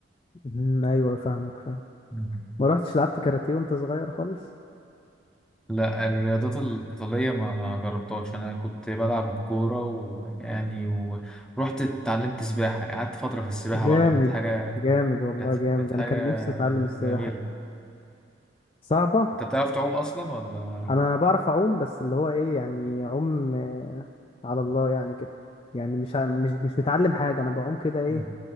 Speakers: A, on the left (about 30°); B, in the centre.
A: مم، ايوه فاهمك فاهم
B: يعني
A: ما روحتش لعبت كاراتيه وانت صغير خالص
B: لا الرياضات القتالية ما جربتهاش أنا كنت بلعب كورة ويعني ورحت اتعلمت سباحة قعدت فترة في السباحة
A: جامد
B: برضو كانت حاجة
A: جامد والله
B: كانت
A: جامد
B: كانت حاجة
A: انا كان نفسي اتعلم السباحه
B: جميلة
A: دي صعبه
B: أنت بتعرف تعوم أصلا ولا
A: انا بعرف اعوم بس اللي هو ايه يعني اعوم آه، على الله يعني كده يعني مش ع- مش مش متعلم حاجه انا بعوم كده ايه
B: مم.